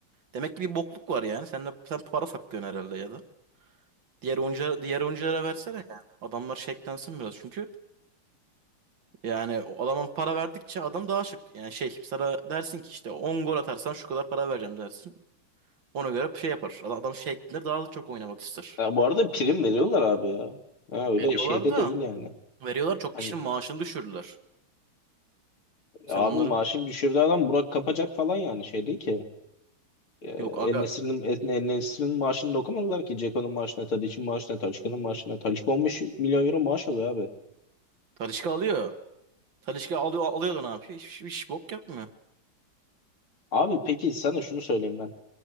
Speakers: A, on the right (about 65°); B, on the left (about 80°).
A: Demek ki bir bokluk var yani. Sen de sen para saklıyorsun herhalde ya da. Diğer oyunculara, diğer oyunculara versene yani. Adamlar şeklensin biraz. Çünkü yani o adama para verdikçe adam daha şık. Yani şey sana dersin ki işte 10 gol atarsan şu kadar para vereceğim dersin. Ona göre şey yapar. Adam şeklenir daha da çok oynamak ister.
B: Ya bu arada prim veriyorlar abi ya. Ha, öyle
A: Veriyorlar
B: şeyde
A: da.
B: değil yani.
A: Veriyorlar çok
B: Hani
A: kişinin maaşını düşürdüler. Sen
B: abi
A: onları
B: maaşını düşürdüğü adam Burak kapacak falan yani şey değil ki. Ee, En-Nesyri'nin
A: yok aga
B: En- En-Nesyri'nin maaşını dokumadılar ki. Ceko'nun maaşına, Tadic'in maaşına, Talisca'nın maaşına. Talisca 15 milyon euro maaş alıyor abi.
A: Talisca alıyor. Talisca alıyor alıyor da ne yapıyor? Hiç, hiç bok yapmıyor.
B: Abi peki sana şunu söyleyeyim ben.